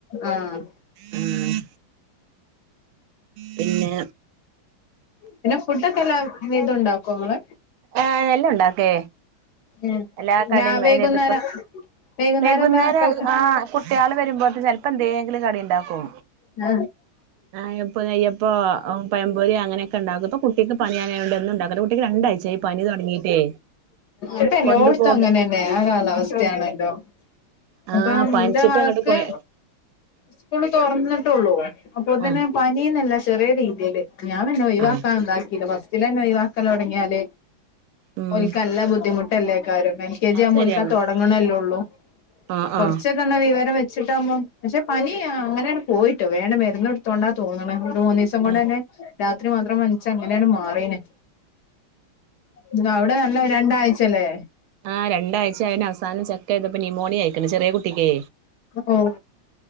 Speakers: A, on the left (about 65°); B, on the right (about 85°).
A: ആഹ്
B: ആഹ് പിന്നെ
A: പിന്നെ ഫുഡ് ഒക്കെ എല്ലാം മിതു ണ്ടാക്കൊ ങ്ങള്
B: ഏഹ് എല്ലുണ്ടാക്കേ
A: ഉം
B: എല്ലാ കടിം
A: രാ വൈകുന്നേരം
B: അയ്‌ന് ത് പ
A: വൈകുന്നേരം
B: വൈകുുന്നേരഹ്
A: എന്താ മക്കൾക്ക്
B: ആഹ് കുട്ടിള് വരുമ്പോതിന് ചെൽപ്പോ ന്തെങ്കിലും കറിണ്ടാക്കും
A: നാ
B: ആയപ്പൊ നെയ്യപ്പോ പയംപൊരി അങ്ങനെ ക്കണ്ടാക്കു ഇപ്പ കുട്ടിക്ക് പനിയ യൊണ്ട് എന്നു ഉണ്ടാക്കത് കുട്ടിക്ക് രണ്ടായ്ച്ചായി പനി തുടങ്ങിട്ടേ
A: ഇപ്പല്ലോടത്തു
B: കൊണ്ടു പോക
A: അങ്ങനെന്നെ ആ കാലാവസ്ഥയാണല്ലോ
B: ആ
A: ഇപ്പൊ എന്റെ
B: പനിച്ചിട്ട്
A: മകക്ക്
B: അങ്ങോട്ട് പോയ
A: ഉസ്കൂള് തൊറന്നിട്ടോള്ളൂ അപ്പോത്തേന്
B: ആ
A: പനീന്നല്ല ചെറിയ രീതീയില് ഞാൻ പിന്നെ ഒയിവാക്കാൻ
B: ആ
A: ഇണ്ടാക്കില്ല ഫസ്റ്റിലെന്നെ ഒയിവാക്ക് ക്കല് തൊടങ്ങിയാല്
B: ഉം
A: ഓൽക്ക് നല്ല ബുദ്ധിമുട്ടല്ലേ ക്കാരം എൽ കെ ജി
B: അത്
A: ആവുമ്പോ
B: ശരിയാണ്
A: ഓലിക്കാ തൊടങ്ങണല്ലേ ഉള്ളൂ
B: ആ
A: കൊറച്ചൊക്കൊന്ന്
B: ആ
A: വിവരം വെച്ച് വെച്ചിട്ടാവുമ്പം പക്ഷെ പനി ആഹ് അങ്ങനെയാണ് പോയിട്ടോ വേണ് മരുന്ന് കൊടുത്തോണ്ടാ തോന്നണ് മൂന്നീസം കൊണ്ട്
B: ആ
A: തന്നെ രാത്രി മാത്രം പനിച്ച് അങ്ങനെയാണ് മാറീന് ന്താ അവിടെ നല്ല രണ്ടാഴ്ച്ചയല്ലേ?
B: ആഹ് രണ്ടായ്ച്ച ആയിന് അവസാനം ചെക്കൻ ഇതിപ്പോ ന്യുമോണിയ അയിക്കണ് ചെറിയ കുട്ടിക്കെ
A: ഓ